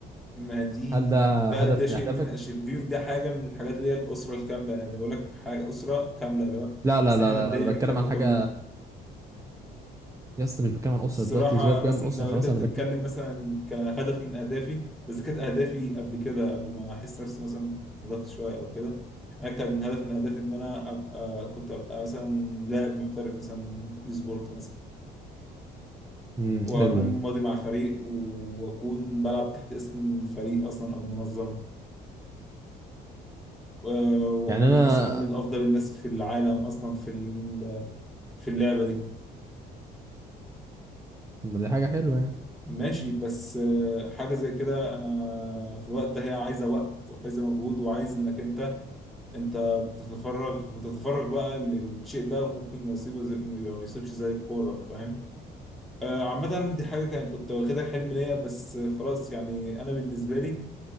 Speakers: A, in the centre; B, on the right.
A: ما دي
B: هل ده
A: ده
B: هدف
A: ده شيء
B: من اهدافك؟
A: من الاشياء دي ده حاجه من الحاجات اللي هي الاسره الكامله يعني بقول لك حاجه اسره كامله اللي هو
B: لا لا
A: صحه
B: لا
A: ماديا
B: لا, لا. أنا بتكلم
A: الكلام
B: عن
A: ده
B: حاجة
A: كله
B: يا اسطى مش بتكلم عن اسره
A: الصراحه
B: دلوقتي سيبك
A: انا
B: بقى
A: مثلا
B: من اسره
A: لو
B: خلاص
A: انت بتتكلم
B: انا بتكلم
A: مثلا كهدف من اهدافي بس كانت اهدافي قبل كده قبل ما احس نفسي مثلا ضغط شويه او كده انا كان هدف من اهدافي ان انا ابقى كنت ابقى مثلا لاعب محترف مثلا اي سبورت مثلا
B: امم
A: واكون
B: حلو ده
A: ماضي مع فريق واكون بلعب تحت اسم فريق اصلا او منظمه و- واكون
B: يعني انا
A: مثلا من افضل الناس في العالم اصلا في ال- في اللعبه دي
B: طب ما دي حاجه حلوه يعني
A: ماشي بس آه، حاجه زي كده انا في الوقت ده هي عايزه وقت وعايزه مجهود وعايز انك انت انت بتتفرغ بتتفرغ بقى للشيء ده وممكن يصيبه زي ما يصيبش زي الكوره فاهم آه، عامة دي حاجة كان كنت واخدها حلم ليا بس خلاص يعني أنا بالنسبة لي